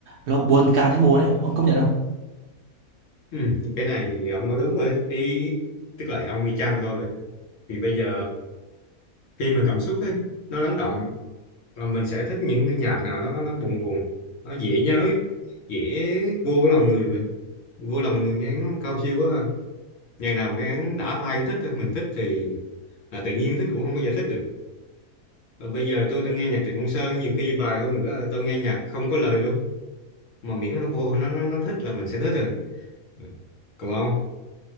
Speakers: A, on the right; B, on the left.
A: nó buồn càng thêm buồn ấy ông công nhận không
B: ừ, cái này thì ông nói đúng rồi ý tức là ông y chang tôi rồi. thì bây giờ khi mà cảm xúc ấy nó lắng động là mình sẽ thích những cái nhạc nào nó nó nó buồn buồn nó dễ nhớ dễ vô cái lòng người mình vô lòng người nghe nó cao siêu quá ha ngày nào nghe đã tai thích thôi mình thích thì là tự nhiên thích cũng không có giải thích được và bây giờ tôi đang nghe nhạc Trịnh Công Sơn nhiều khi vài hôm nữa tôi nghe nhạc không có lời luôn mà miễn nó vô nó nó nó thích là mình sẽ thích rồi Ừ. còn ông